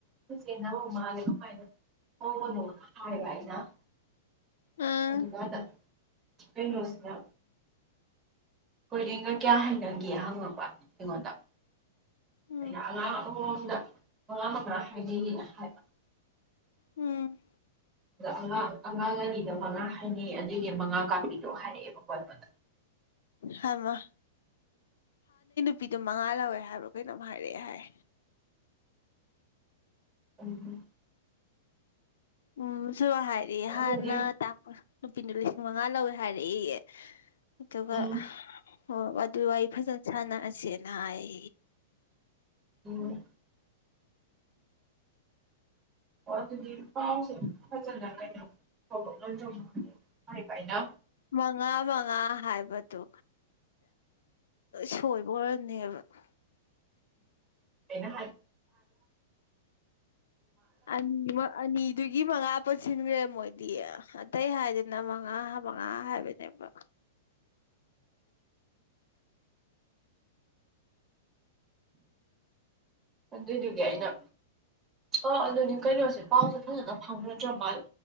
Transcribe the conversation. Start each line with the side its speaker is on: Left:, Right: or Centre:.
Right: ꯁ ꯃꯥꯅꯦ ꯀꯃꯥꯏꯅ ꯐꯣꯡꯕ ꯍꯥꯏ
Left: ꯑꯥ
Right: ꯑꯗꯨꯀꯥꯟꯗ ꯀꯩꯅꯣꯁꯤꯅ ꯍꯣꯏꯔꯦꯟꯒ ꯀꯌꯥ ꯍꯥꯏꯅꯒꯦ ꯍꯪꯉꯛꯄ ꯑꯩꯉꯣꯟꯗ
Left: ꯎꯝ
Right: ꯑꯩꯅ ꯑꯉꯥꯡ ꯑꯃꯃꯝꯗ ꯃꯉꯥ ꯃꯉꯥ ꯄꯤꯕꯤꯌꯦꯅ ꯍꯥꯏꯕ
Left: ꯎꯝ
Right: <unintelligible> ꯑꯉꯥꯡ ꯑꯅꯤꯗ ꯃꯉꯥ ꯍꯥꯏꯅꯩ ꯃꯉꯥ ꯀꯥꯡꯕꯤꯌꯣ ꯍꯥꯏꯔꯛꯑꯦꯕ ꯀꯣꯕꯗ
Left: ꯍꯥꯏꯃ ꯅꯨꯄꯤꯗꯨꯣ ꯃꯉꯥ ꯂꯧꯋꯦ ꯍꯥꯏꯕ꯭ꯔꯣ ꯀꯩꯅꯣꯝ ꯍꯥꯏꯔꯛꯑꯦ ꯍꯥꯏ
Right: ꯎꯝ
Left: ꯎꯝ ꯁꯨ ꯑ ꯍꯥꯏꯔꯤ
Right: ꯑꯗꯨꯗꯤ
Left: ꯍꯥꯥꯟꯅ ꯇꯥꯄ ꯅꯨꯄꯤꯅꯣ ꯂꯤꯁꯤꯡ ꯃꯉꯥ ꯂꯧꯋꯦ ꯍꯥꯏꯔꯛꯏꯌꯦ ꯑꯗꯨꯒ
Right: ꯎꯝ
Left: ꯍ ꯑꯗꯨ ꯋꯥ ꯐꯖꯅ ꯁꯥꯟꯅꯔꯁꯤ ꯆꯅꯥꯏ
Right: ꯎꯝ ꯑꯣ ꯑꯗꯨꯗꯤ ꯄꯥꯎꯁꯦ ꯐꯖꯅ ꯀꯥꯏ ꯐꯥꯎꯛꯅ ꯆꯣꯡ ꯃꯥ ꯐꯥꯏꯅ
Left: ꯃꯉꯥ ꯃꯉꯥ ꯍꯥꯏꯕꯗꯨ ꯁꯣꯏꯕ ꯑꯣꯏꯔꯅꯦꯕ <unintelligible>
Right: ꯎꯝꯩꯅ
Left: ꯑꯅꯤ ꯑꯅꯤꯗꯨꯒꯤ ꯃꯉꯥ ꯄꯨꯟꯁꯤꯟꯈ꯭ꯔꯦ ꯃꯣꯏꯗꯤ ꯑꯇꯩ ꯍꯥꯏꯗꯅ ꯃꯉꯥ ꯃꯉꯥ ꯍꯥꯏꯕꯅꯦꯕ
Right: ꯑꯗꯨꯏꯗꯨꯒꯤ ꯑꯩꯅ ꯑꯥ ꯑꯗꯨꯗꯤ ꯀꯩꯅꯣꯁꯦ ꯄꯥꯎꯁꯦ ꯐꯖꯅ ꯐꯪꯅꯗ꯭ꯔ ꯃꯥꯜ